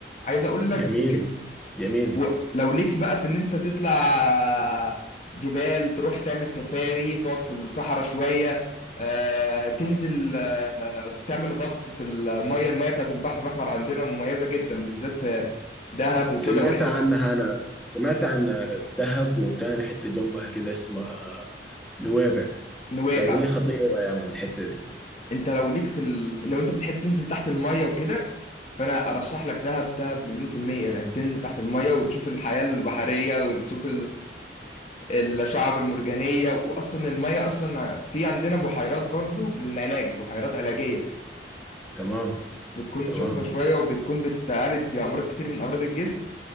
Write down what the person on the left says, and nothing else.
عايز اقول لك
ولو ليك بقى في ان انت تطلع جبال تروح تعمل سفاري تقعد في الصحراء شوية آه، تنزل آه، تعمل غطس في المية المية بتاعت البحر الأحمر عندنا مميزة جدا بالذات في دهب وكده
والحتت
دي
نويبع
انت لو ليك في ال... لو انت بتحب تنزل تحت المية وكده فانا ارشح لك دهب دهب مليون في المية لان تنزل تحت المية وتشوف الحياة البحرية وتشوف الشعب المرجانية وأصلا المية أصلا في عندنا بحيرات برضو للعلاج بحيرات علاجية
بتكون
سخنة شوية وبتكون بتعالج أمراض كتير من أمراض الجسم